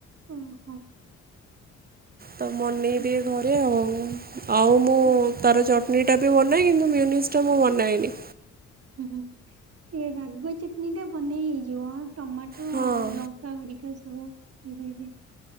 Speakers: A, on the right; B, on the right.
A: ଓ ହୋ।
B: ତ ବନେଇଦିଏ
A: ହୁଁ
B: ଘରେ ଆଉ। ଆଉ ମୁଁ
A: ହୁଁ
B: ତାର ଚଟନୀ ଟା ବି ବନାଏ କିନ୍ତୁ ମିଓନିଜ୍ ଟା ମୁଁ ବନାଏନି।
A: ହୁଁ ହୁଁ ଏ ରାଗ ଚଟନୀ ଟା ବନେଇ ହେଇଯିବ। ଟମାଟ
B: ହଁ।
A: କହାଣ କା ସବୁ ଇଏ କରିକି